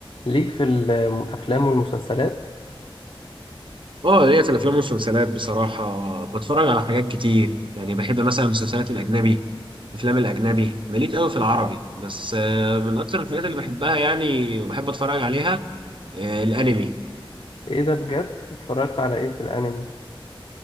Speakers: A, on the left; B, on the right.
A: ليك في الافلام والمسلسلات
B: اه هي في الافلام والمسلسلات بصراحه بتفرج على حاجات كتير يعني بحب مثلا المسلسلات الاجنبي الافلام الاجنبي ماليش قوي في العربي بس آه، من اكتر الحاجات اللي بحبها يعني وبحب اتفرج عليها آه، الانمي
A: ايه ده بجد اتفرجت على ايه في الانمي